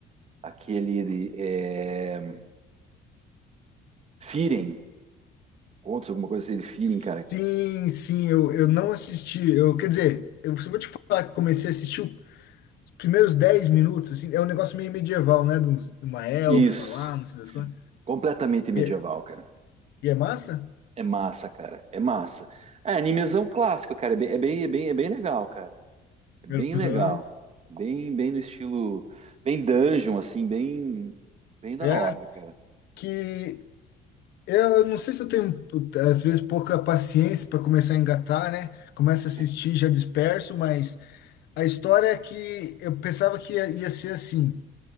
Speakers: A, on the right; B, on the left.
A: aquele de, é, Firen, contos, alguma coisa assim de Firen,
B: Sim,
A: cara.
B: sim, eu, eu não assisti. Eu, quer dizer, eu só vou te falar que eu comecei a assistir os primeiros 10 minutos, assim, é um negócio meio medieval, né? De, uns- de uma elfa
A: Isso,
B: lá, não sei das coisas.
A: completamente medieval,
B: E, é-
A: cara.
B: e é massa?
A: É massa, cara, é massa. É animezão clássico, cara, é bem, é bem, é bem, é bem legal, cara. É bem
B: Aham.
A: legal. Bem, bem no estilo, bem dungeon, assim, bem, bem da
B: É.
A: hora, cara.
B: Que Eu não sei se eu tenho, às vezes, pouca paciência para começar a engatar, né? Começo a assistir,
A: É,
B: já disperso, mas a história é que eu pensava que ia, ia ser assim.